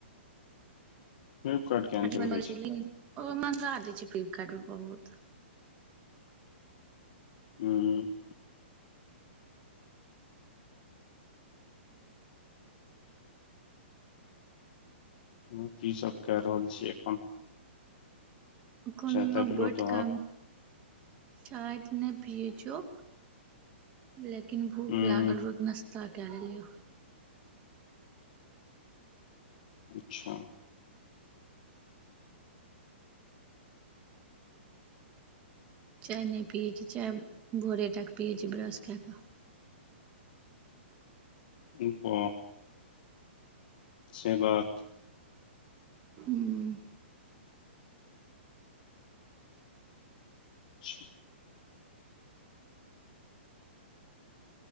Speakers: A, on the left; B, on the right.
A: फ्लिपकार्ट किया नहि
B: कथि
A: चलबै
B: बनबै छेलियै
A: छी
B: ओ महंगा दै छैय फ्लिपकार्ट पर बहुत।
A: हूँ। हूं की सब कए रहल छी एखन?
B: एखन
A: चाय ताय
B: हम
A: भेलौ
B: बैठ
A: तोहर
B: कऽ चाय तऽ नैय पियै छियौ। लेकिन भूख
A: हूँ
B: लागल रो नाश्ता केए लेलियो।
A: अच्छा।
B: चाय नैय पियै छियै चाय भोरे टा कऽ पियै छियै ब्रश कए कऽ।
A: उ अ से बात।
B: हूँ
A: च्छा।